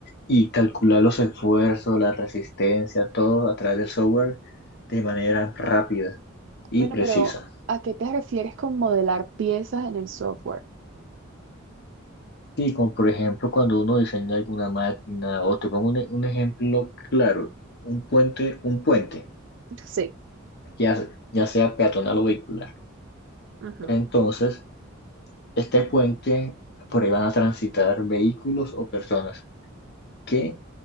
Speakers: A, on the left; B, on the right.
A: y calcular los esfuerzos, la resistencia, todo a través del software de manera rápida y
B: Bueno,
A: precisa.
B: pero ¿a qué te refieres con modelar piezas en el software?
A: Y como por ejemplo cuando uno diseña alguna máquina, o te pongo un, e- un ejemplo claro, un puente, un puente,
B: Sí.
A: ya, ya sea peatonal o vehicular.
B: Ajá.
A: Entonces, este puente, por ahí van a transitar vehículos o personas. ¿Qué